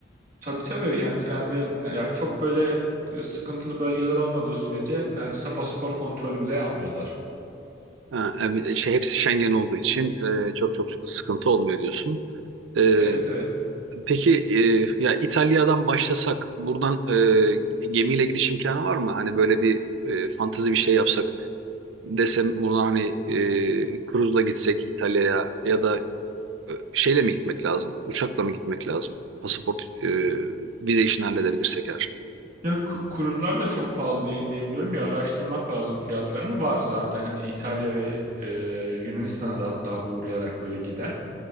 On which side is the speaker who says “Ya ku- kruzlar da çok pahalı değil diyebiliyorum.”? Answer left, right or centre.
Right